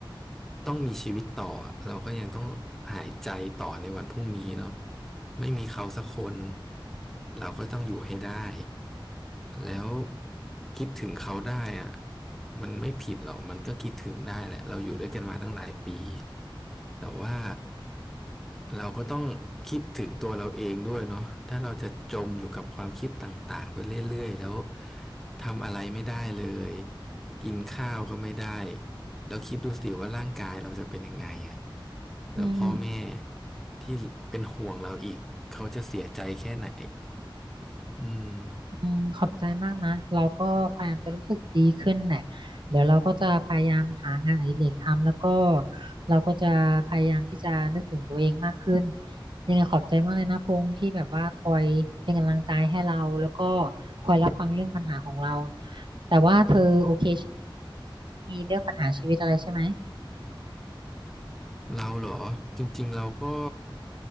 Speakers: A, in the centre; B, on the right.
A: ต้องมีชีวิตต่ออะเราก็ยังต้องหายใจต่อในวันพรุ่งนี้เนาะไม่มีเขาสักคนเราก็ต้องอยู่ให้ได้แล้วคิดถึงเขาได้อะมันไม่ผิดหรอกมันก็คิดถึงได้แหละเราอยู่ด้วยกันมาตั้งหลายปีแต่ว่าเราก็ต้องคิดถึงตัวเราเองด้วยเนาะถ้าเราจะจมอยู่กับความคิดต่างๆไปเรื่อยๆแล้วทำอะไรไม่ได้เลย กินข้าวก็ไม่ได้แล้วคิดดูสิว่าร่างกายเราจะเป็นยังไงอ่ะแล้วพ่อแม่
B: อืม
A: ที่เป็นห่วงเราอีกเขาจะเสียใจแค่ไหนอืม
B: อืมขอบใจมากนะเราก็พยายามจะรู้สึกดีขึ้นแหละเดี๋ยวเราก็จะพยายามหางานอดิเรกทำแล้วก็เราก็จะพยายามที่จะนึกถึงตัวเองมากขึ้นยังไงขอบใจมากเลยนะพงษ์ที่แบบว่าคอยเป็นกำลังใจให้เราแล้วก็คอยรับฟังเรื่องปัญหาของเราแต่ว่าเธอโอเคเรื่องปัญหาชีวิตอะไรใช่ไหม
A: เราเหรอจริงๆเราก็